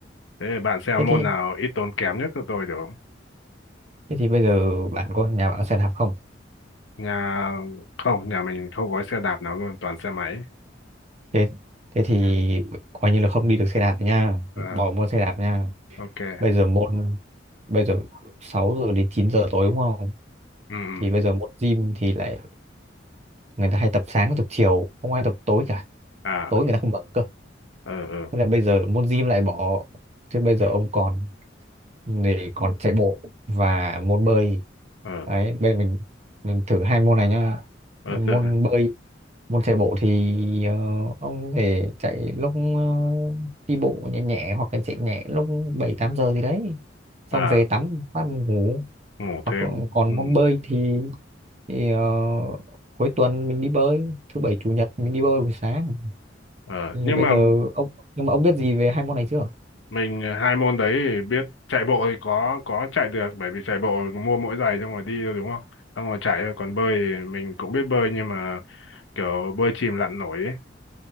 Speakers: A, on the left (about 80°); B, on the right (about 35°).
A: Thế thì bạn xem
B: thế
A: môn
B: thì
A: nào ít tốn kém nhất cho tôi được không?
B: thế thì bây giờ bạn có nhà bạn có xe đạp không?
A: Nhà không, nhà mình không có xe đạp nào luôn, toàn xe máy.
B: Thế thế thì coi như là không đi được xe đạp nha,
A: Ờ,
B: bỏ môn xe đạp nha.
A: ok.
B: bây giờ môn bây giờ 6 giờ đến 9 giờ tối đúng không
A: ừ ừ
B: thì bây giờ môn gym thì lại người ta hay tập sáng tập chiều không ai tập tối cả
A: à
B: tối người ta không bận cơ
A: ờ ờ
B: thế là bây giờ môn gym lại bỏ thế bây giờ ông còn để còn chạy bộ và môn bơi
A: ờ
B: đấy bây giờ mình mình thử hai môn này nhá
A: ờ
B: môn
A: từ từ.
B: bơi môn chạy bộ thì ờ, ông thể chạy lúc ờ, đi bộ nhẹ nhẹ hoặc là chạy nhẹ lúc 7 8 giờ thì đấy
A: à
B: xong về tắm phát ngủ
A: ngủ
B: hoặc
A: thế
B: là còn
A: ừ
B: môn bơi thì, thì ờ, cuối tuần mình đi bơi thứ bảy chủ nhật mình đi bơi buổi sáng
A: ờ
B: thì
A: nhưng
B: bây
A: mà
B: giờ ông nhưng mà ông biết gì về hai môn này chưa
A: mình ờ, hai môn đấy thì biết chạy bộ thì có có chạy được bởi vì chạy bộ mua mỗi giày xong rồi đi thôi đúng không xong rồi chạy thôi còn bơi thì mình cũng biết bơi nhưng mà kiểu bơi chìm lặn nổi ấy.